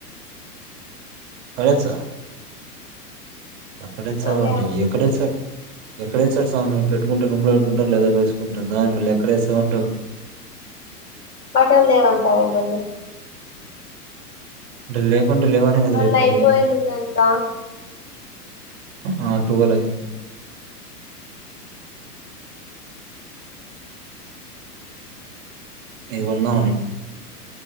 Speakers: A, on the right; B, on the left.
A: పడేస ఎక్కడేచ్చావు
B: అదే
A: అంటే
B: అనిపి
A: ఎక్కడ వేస్తారు ఎక్కడ వేస్తారు స్వామి పెట్టుకుంటే రూమ్ లో పెట్కుంటారు లేదా వేసుకుంటారు దాని మళ్ళీ ఎక్కడేస్తావు అంటావు
B: బటన్ లేవంటావే మళ్ళీ
A: అంటే లేకుంటే లేవనే కదా
B: వాళ్ళు
A: చెప్పాలి
B: అయిపోయింది తెలుసా
A: ఆ ట్వెల్వ్ అయింది ఇది కొందామని